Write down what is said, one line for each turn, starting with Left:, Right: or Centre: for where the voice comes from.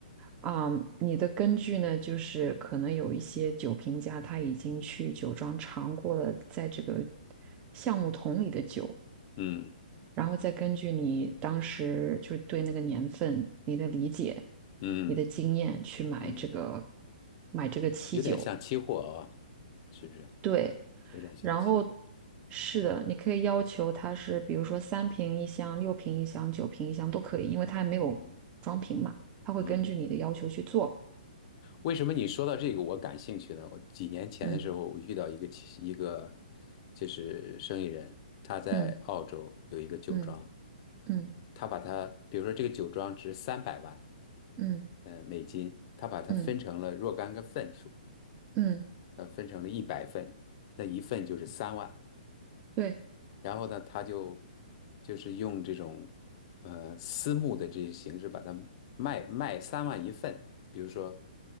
Right: 啊、你的根据呢，就是可能有一些酒评家他已经去酒庄尝过了在这个橡木桶里的酒，
Left: 嗯
Right: 然后再根据你当时就是对那个年份、你的理解、
Left: 嗯
Right: 你的经验去买这个
Left: 嗯，
Right: 买这个期酒。
Left: 有点像期货啊，是不是？
Right: 对，
Left: 有点像期货。
Right: 然后是的，你可以要求它是，比如说三瓶一箱、六瓶一箱、九瓶一箱都可以，因为它还没有装瓶嘛，
Left: 嗯
Right: 它会根据你的要求去做。
Left: 嗯，为什么你说到这个我感兴趣呢？我几年前的时候，
Right: 嗯
Left: 我遇到一个其一个就是生意人，他在澳洲有一个酒庄，
Right: 嗯嗯嗯
Left: 他把它，比如说这个酒庄值三百万，
Right: 嗯
Left: 呃，美金，他把它分成了若干个份数，
Right: 嗯嗯，
Left: 呃，分成了一百份，那一份就是三万，
Right: 对，
Left: 然后呢，他就就是用这种呃私募的这些形式把它卖卖三万一份，比如说